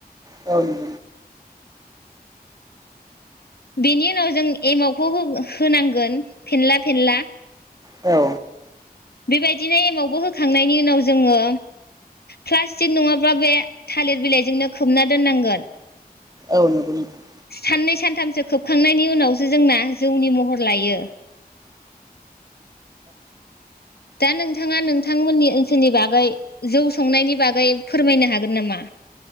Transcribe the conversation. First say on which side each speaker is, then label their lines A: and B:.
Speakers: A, on the right; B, on the left.
A: औ <unintelligible>
B: बेनि उनाव जों एमावखौ होनांगोन फेनला फेनला
A: औ
B: बेबायदिनो एमावबो होखांनायनि उनाव जोङो प्लास्टिक नङाब्ला बे थालिर बिलाइजोंनो खोबना दोननांगोन।
A: औ नंगौ नोंथां
B: साननै सानथामसो खोबखांनायनि उनावसो जोंना जौनि महर लायो। दा नोंथाङा नोंथांमोननि ओनसोलनि बागै जौ संनायनि बागै फोरमायनो हागोन नामा?